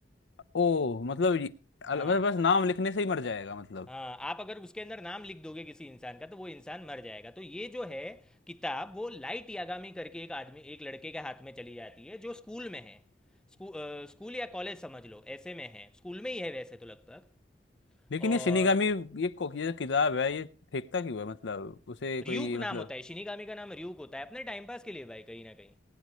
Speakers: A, on the left (about 75°); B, in the centre.
A: ओ मतलब ये-
B: हाँ
A: अल- बस बस नाम लिखने से ही मर जाएगा मतलब
B: हाँ आप अगर उसके अंदर नाम लिख दोगे किसी इंसान का तो वो इंसान मर जाएगा तो ये जो है किताब वो लाइट यागामी करके एक आदमी एक लड़के के हाथ में चली जाती है जो स्कूल में है स्कू, अ, स्कूल या कॉलेज समझ लो ऐसे में है स्कूल में ही है वैसे तो लगभग
A: लेकिन
B: और
A: ये शिनिगामी ये को- ये जो किताब है ये फेंकता क्यों है मतलब उसे कोई
B: र्यूक
A: मतलब
B: नाम होता है शिनिगामी का नाम र्यूक होता है अपने टाइम पास के लिए भाई कहीं ना कहीं